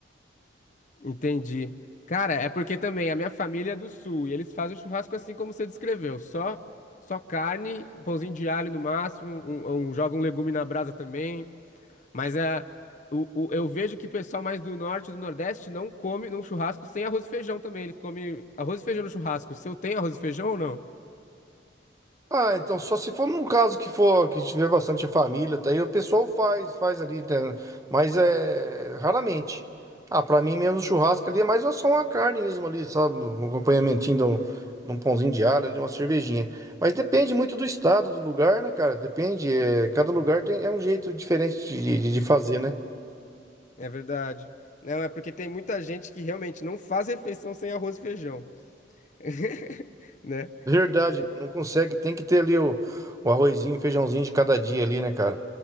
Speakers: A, on the left; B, on the right.
A: Entendi. Cara, é porque também a minha família é do sul e eles fazem o churrasco assim como você descreveu, só só carne, um pãozinho de alho no máximo, um, um- joga um legume na brasa também. Mas é, o, o- eu vejo que o pessoal mais do norte e do nordeste não come num churrasco sem arroz e feijão também. Eles comem arroz e feijão no churrasco. O seu tem arroz e feijão ou não?
B: Ah, então só se for num caso que for que tiver bastante família, tá aí o pessoal faz, faz ali, né? Mas é raramente. Ah, pra mim mesmo churrasco ali é mais só uma carne mesmo ali, sabe? Um acompanhamentinho de um, de um pãozinho de alho ali, uma cervejinha. Mas depende muito do estado, do lugar, né, cara? Depende. é, cada lugar tem, é um jeito diferente de, de de fazer, né?
A: É verdade. Não, é porque tem muita gente que realmente não faz refeição sem arroz e feijão, <laughs> né?
B: Verdade, não consegue. Tem que ter ali o, o arrozinho, o feijãozinho de cada dia ali, né, cara?